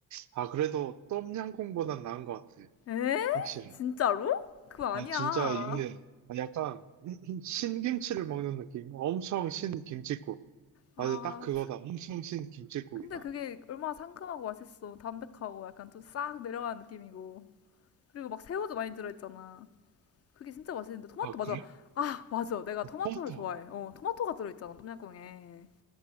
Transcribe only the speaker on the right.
아, 그래도 똠양꿍보단 나은 것 같아.
확실히.
아,
진짜 이게 약간 <clears throat> 신김치를 먹는 느낌. 엄청 신김칫국.
맞아, 딱 그거다. 엄청 신김칫국이다.
아,
그래?
아,
토마토.